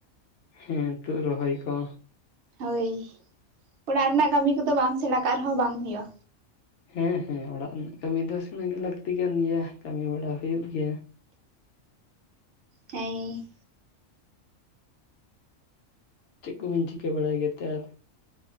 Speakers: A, on the left; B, on the right.
A: ᱦᱮᱸ ᱛᱩᱫ ᱨᱚᱦᱚᱭ ᱠᱚ?
B: ᱦᱳᱭ ᱚᱲᱟᱜ ᱨᱮᱱᱟᱜ ᱠᱟᱹᱢᱤ ᱠᱚᱫᱚ ᱵᱟᱢ ᱥᱮᱬᱟ ᱠᱟᱜ ᱨᱮᱦᱚᱸ ᱵᱟᱝ ᱦᱩᱭᱩᱜᱼᱟ᱾
A: ᱦᱮᱸ ᱦᱮᱸ ᱚᱲᱟᱜ ᱨᱮᱱᱟᱜ ᱠᱟᱹᱢᱤ ᱫᱚ ᱥᱮᱱᱟ ᱜᱮ ᱞᱟᱹᱠᱛᱤ ᱠᱟᱱ ᱜᱮᱭᱟ ᱠᱟᱹᱢᱤ ᱵᱟᱲᱟ ᱦᱩᱭᱩᱜ ᱜᱮᱭᱟ᱾
B: ᱦᱮᱸ᱾
A: ᱪᱮᱫ ᱠᱚᱵᱤᱱ ᱪᱤᱠᱟᱹ ᱵᱟᱲᱟᱭ ᱜᱮᱛᱮ ᱟᱨ?